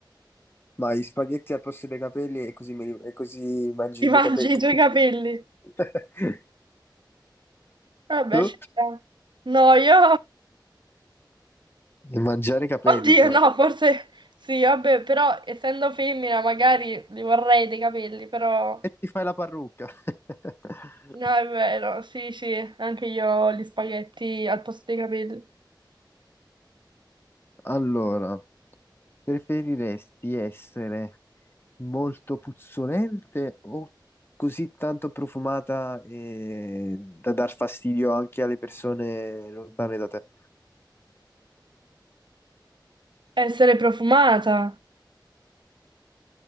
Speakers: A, on the left; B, on the right.
A: Ma gli spaghetti al posto dei capelli e così, me li- e così mangio
B: Ti
A: i
B: <laughs>
A: miei
B: mangi
A: capelli.
B: i tuoi capelli.
A: <laughs>
B: Vabbè,
A: Tu?
B: ci sta. No, io
A: E mangiare i capelli,
B: Oddio,
A: Gioia.
B: no, forse sì, vabbè, però essendo femmina magari li vorrei dei capelli, però
A: E ti fai la parrucca. <laughs>
B: no, è vero, sì, sì, anche io ho gli spaghetti al posto dei capelli.
A: Allora. Preferiresti essere molto puzzolente o così tanto profumata e da dar fastidio anche alle persone lontane da te?
B: Essere profumata.